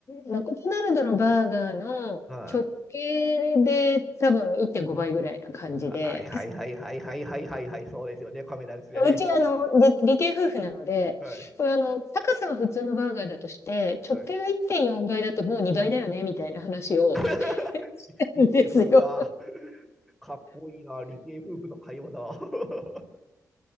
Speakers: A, on the left; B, in the centre.
A: マクドナルドのバーガーの直径で多分1.5倍ぐらいな感じで、
B: ああ。はいはいはいはいはいはいはいはい、そうですよね、亀田ですよね。
A: うちあの、理、理系夫婦なので、
B: はい
A: これあの、高さは普通のバーガーだとして、
B: はい。
A: 直径が1.4倍だともう2倍だよね、みたいな話を、
B: <laughs>
A: <laughs>
B: 理系夫婦だ。
A: ですよ。
B: かっこいいな、理系夫婦の会話だ。<laughs> は